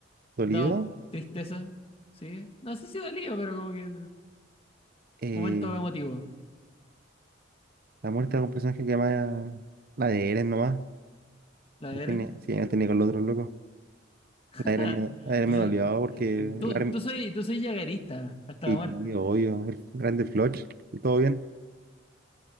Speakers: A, on the right; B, on the left.
A: Dolido.
B: dado tristeza? ¿Sí? No sé si dolido, pero como que
A: eh,
B: momento emotivo.
A: la muerte de un personaje que llama la de Eren nomás.
B: La de
A: No tiene,
B: Eren.
A: sí, no tenía con los otros locos.
B: <laughs>
A: La de Eren me, la de Eren
B: No
A: me dolió porque el
B: tú,
A: Armin-
B: tú soy, tú soy yaguerista hasta
A: sí,
B: la muerte.
A: obvio, el grande Floch. y Todo bien.